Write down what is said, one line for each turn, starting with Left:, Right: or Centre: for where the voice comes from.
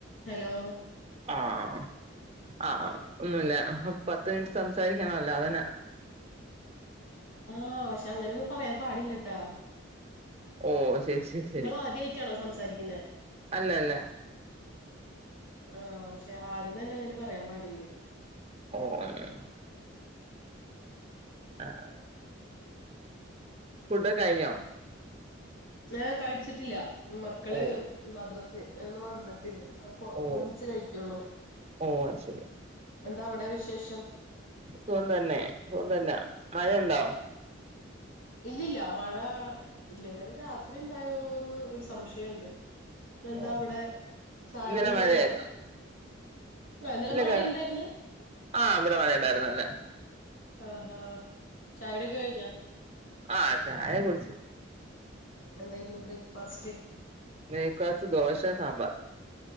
Left: Hello
Right: ആഹ് ആഹ് ഒന്നുല്ല പത്ത് മിനിറ്റ് സംസാരിക്കണല്ലോ അതന്നെ
Left: ആഹ് പക്ഷെ അങ്ങനൊന്നും പറയാൻ പാടില്ലട്ടോ
Right: ഓ ശരി ശരി ശരി
Left: ഇങ്ങള് ആദ്യായിട്ടാണോ സംസാരിക്കുന്നേ
Right: അല്ല അല്ല
Left: ആഹ് പക്ഷെ ആദ്യം തന്നെ അങ്ങനെ പറയാൻ പാടില്ലായിരുന്നു
Right: ഓഹ് ആഹ് ഫുഡൊക്കെ കഴിഞ്ഞോ
Left: ഏ കഴിച്ചിട്ടില്ല മക്കള്
Right: ഓ
Left: മദ്രസ്ന്ന് വന്നിട്ടില്ല അപ്പൊ
Right: ഓ
Left: ഒന്നിച്ച് കഴിക്കുള്ളൂ
Right: ഓ ശരി
Left: എന്താ അവിടെ വിശേഷം
Right: സുഖം തന്നെ സുഖം തന്നെ മഴയുണ്ടോ
Left: ഇല്ല ഇല്ല മഴ ഇല്ല ഇന്നലെ രാത്രി ഉണ്ടായോന്ന് ഒരു സംശയണ്ട് പിന്നെ എന്താ
Right: ഓ
Left: അവിടെ ചായ
Right: ഇന്നലെ
Left: കുടിയൊക്കെ
Right: മഴയായിരുന്നു
Left: കഴിഞ്ഞോ ആഹ് ഇന്നലെ
Right: ഇല്ല
Left: മഴയുണ്ടായിരുന്ന്
Right: ക ആഹ് ഇവിടെ മഴയുണ്ടായിരുന്നു ഇന്നല്ലെ
Left: ആഹാ ചായ കുടിയൊക്കെ കഴിഞ്ഞോ
Right: ആഹ് ചായൊക്കെ കുടിച്ച്
Left: എന്തായിരുന്നു ബ്രേക്ക്ഫാസ്റ്റ്
Right: ബ്രേക്ക്ഫാസ്റ്റ് ദോശ സാമ്പാർ